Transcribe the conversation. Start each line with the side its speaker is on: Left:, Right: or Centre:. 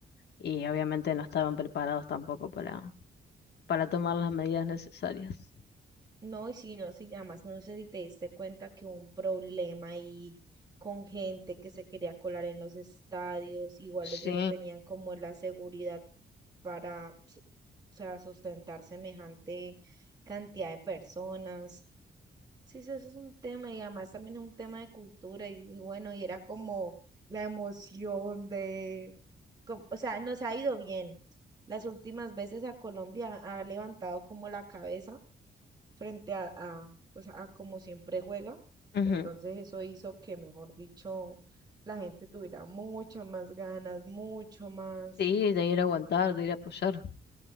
Left: y obviamente no estaban preparados tampoco para, para tomar las medidas necesarias.
Right: No, y si no, si nada más no sé si te diste cuenta que hubo un problema ahí con gente que se quería colar en los estadios, igual
Left: Sí,
Right: ellos no tenían como la seguridad para, s- o sea, sustentar semejante cantidad de personas. Sí, sí, eso es un tema y además también es un tema de cultura y, y bueno, y era como la emoción de, como- o sea, nos ha ido bien. Las últimas veces a Colombia ha levantado como la cabeza frente a, a, pues a como siempre juega.
Left: ujú.
Right: Entonces eso hizo que, mejor dicho, la gente tuviera mucho más ganas, mucho más,
Left: Sí, de ir a aguantar, de ir a apoyar.